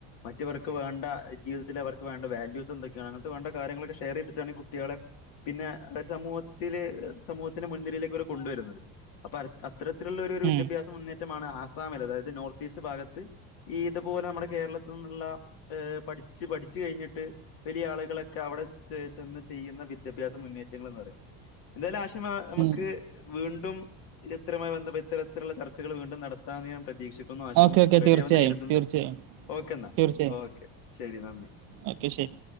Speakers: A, on the left; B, on the right.
A: മറ്റവർക്ക് വേണ്ട ജീവിതത്തില് അവർക്ക് വേണ്ട വാല്യൂസെന്തൊക്കെയാണ് അങ്ങനത്തെ വേണ്ട കാര്യങ്ങളൊക്കെ ഷെയർ ചെയ്തിട്ടാണ് ഈ കുട്ടികളെ പിന്നെ ഒരു സമൂഹത്തില് സമൂഹത്തിന്റെ മുൻനിരയിലേക്ക് വരെ കൊണ്ടുവരുന്നത് അപ്പൊ അര അ ഇത്തരത്തിലുള്ളൊരു ഒരു വിദ്യാഭ്യാസം
B: ഉം
A: മുന്നേറ്റമാണ് ആസാമിൽ അതായത് നോർത്ത് ഈസ്റ്റ് ഭാഗത്ത് ഈത്പോലെ നമ്മുടെ കേരളത്തിൽ നിന്നുള്ള ഏ പഠിച്ച് പഠിച്ച് കഴിഞ്ഞിട്ട് വലിയ ആളുകളൊക്കെ അവിടെ ചെ ചെന്ന് ചെയ്യുന്ന വിദ്യാഭ്യാസ മുന്നേറ്റങ്ങളെന്ന് പറയുന്ന് എന്തായാലും ആശിമ് നമുക്ക്
B: ഉം
A: വീണ്ടും ഇത് ഇത്തരമായി ബന്ധപ്പെട്ട് ഇത്തരത്തിലുള്ള ചർച്ചകൾ വീണ്ടും നടത്താന്ന് ഞാൻ പ്രതീക്ഷിക്കുന്നു ആ ശിമും
B: ഓക്കെ ഓക്കെ
A: റെഡിയാവുമെന്ന്
B: തീർച്ചയായും
A: കരുത് ന്ന്
B: തീർച്ചയായും
A: ഓക്കെന്നാ
B: തീർച്ചയായും
A: ഓക്കെ ശരി നന്ദി
B: ഓക്കെ ശരി